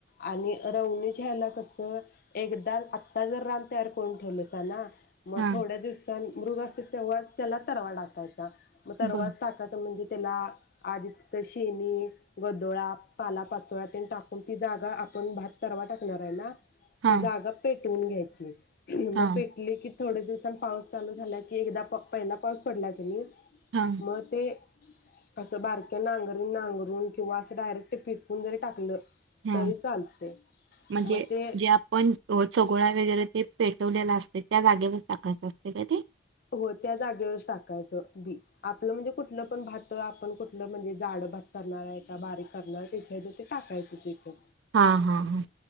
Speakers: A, on the left; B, on the right.
A: आणि रवणीच्या ह्याला कसं एकदा आत्ता जर रान तयार करून ठेवलंसा ना म
B: हां
A: थोड्या दिवसांन मृग असतील तेव्हाच त्याला त रवा टाकायचा. मग त
B: बर
A: रवात टाकायचा म्हणजे त्याला आधी ते शेनी, गदोळा, पालापाचोळा तेन टाकून ती जागा आपण भात त रवा टाकणार आहे ना
B: हां
A: ती जागा पेट टवून घ्यायचीआहे. म
B: हां
A: पेटले की थोड्या दिवसांन पाऊस चालू झाला की एकदा प पहिला पाऊस पडला कनी
B: हां
A: म ते असं बारक्या नांगरी नांगरून किंवा असं डायरेक्ट पीकून जरी टाकलं
B: हा
A: तरी चालते
B: म्हणजे
A: मग ते
B: जे आपण ओ, चगोळा वगैरे ते पेटवलेला असते, त्या जागेवरच टाकायच असते काय ते?
A: हो त्या जागेवरच टाक कायचं बी, आपलं म्हणजे कुठलं पण भात आपण कुठलं म्हणजे जाडं भात करणार आहे का बारीक करणार आहे त्याच्या तर ते टाकायचं तेथं.
B: हा हा हा.